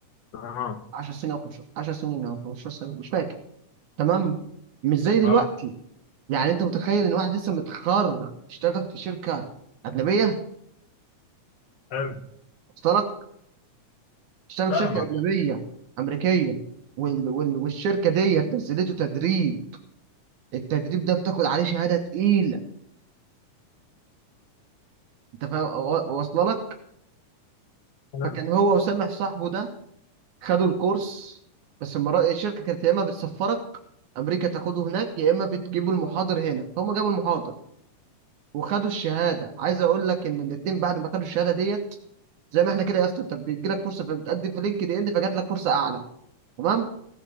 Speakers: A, on the left; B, on the right.
A: اه
B: 10 سنين او خمسة- 10 سنين او 15 سنه مش فاكر تمام مش زي دلوقتي
A: اه
B: يعني انت متخيل ان واحد لسه متخرج اشتغل في شركه اجنبيه
A: حلو
B: وصلك اشتغل
A: فاهمك
B: في شركه اجنبيه امريكيه وال... وال... والشركه ديت نزلته تدريب التدريب ده بتاخد عليه شهاده تقيله انت فاهم واصله لك
A: حلو
B: فكان هو وسامح صاحبه ده خدوا الكورس بس المرة الشركة كانت يا إما بتسفرك أمريكا تاخده هناك يا إما بتجيبوا المحاضر هنا فهم جابوا المحاضر وخدوا الشهادة عايز أقول لك إن الاتنين بعد ما خدوا الشهادة ديت زي ما إحنا كده يا اسطى أنت بيجيلك فرصة فبتقدم في لينكد إن فجات لك فرصة أعلى تمام